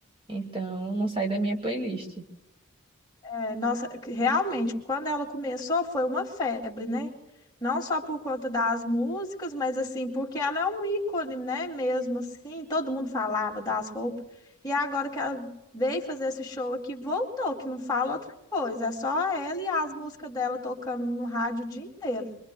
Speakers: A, on the right; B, on the left.
A: Então, não sai da minha playlist.
B: É, Nossa, realmente, quando ela começou foi uma febre, né? Não só por conta das músicas, mas assim, porque ela é um ícone, né? Mesmo assim, todo mundo falava das roupas. E agora que ela veio fazer esse show aqui, voltou, que não fala outra coisa, é só ela e as músicas dela tocando no rádio o dia inteiro.